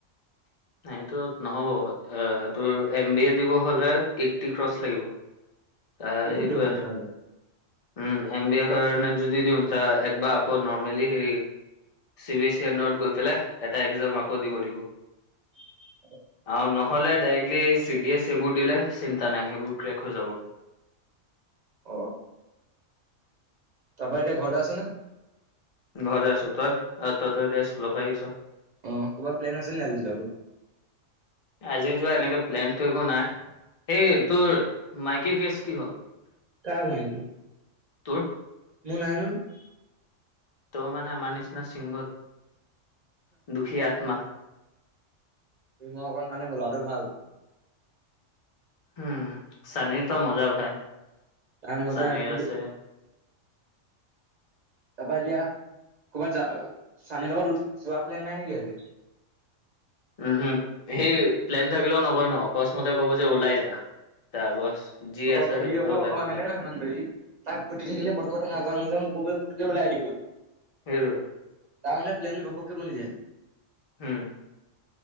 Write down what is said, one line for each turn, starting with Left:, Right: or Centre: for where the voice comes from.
Left: এইটো নহ'ব এ তোৰ এম বি এ দিব হলে এইটটি ক্ৰচ লাগিব। ত
Right: বহুত
Left: সেইটোৱে
Right: দেখোন তেতিয়াহ'লে
Left: উম এম বি এ কাৰণে যদি দিওঁত একবাৰ আকৌ নৰ্মেলি সেই চি বি এছ ই আন্দৰত গৈ পেলাই এটা এক্জাম আকৌ দিব লাগিব।
Right: <unintelligible>
Left: আৰু নহ'লে ডাইৰেক্টলি চি ডি এছ সেইবোৰ দিলে চিন্তা নাই সেইবোৰ ক্ৰেক হৈ যাব।
Right: অ তাৰপা এতিয়া ঘৰতে আছেনে?
Left: ঘৰে আছো, তই আৰু তই তই এতিয়া স্কুলৰ পৰা আহিছ।
Right: অ', ক'ৰবাৰ প্লেন আছে নে আজি যোৱাটো?
Left: আজি যোৱা এনেকে প্লোন টো একো নাই এই তোৰ মাইকী কেচ কি হ'ল?
Right: কাৰ মাইকি?
Left: তোৰ।
Right: মোৰ নাই নহয়।
Left: তই মানে আমাৰ নিচিনা ছিংগল, দুখী আত্মা।
Right: তুমি মই অকণ মানে গ'লটো ভাল।
Left: উম চানীৰ ত মজা ভাই।
Right: তাৰ মজা।
Left: চানীৰ
Right: কিন্তু
Left: আছে
Right: তাৰপা এতিয়া? ক'বাত যা চানিহ'তৰ যোৱাৰ প্লেন নাই নেকি আজি?
Left: উম হম সি প্লেন থাকিলেও নকয় না, অকস্মতে ক'ব যে ওলাই যা। তাৰ বছ যি
Right: অ' <unintelligible>
Left: আছে
Right: সি
Left: সেইটোতে
Right: অ
Left: ওলাই
Right: অ
Left: দিব
Right: সেনেকা
Left: লাগে
Right: সান দেি তাক ঘুটি থাকিলে প্ৰথমতে নাযাওঁ নাযা কব ফু বুলিি <unintelligible>
Left: হেইতোৱে।
Right: তাৰ মানে প্লেনটো ঘপকে বনি যায়।
Left: হম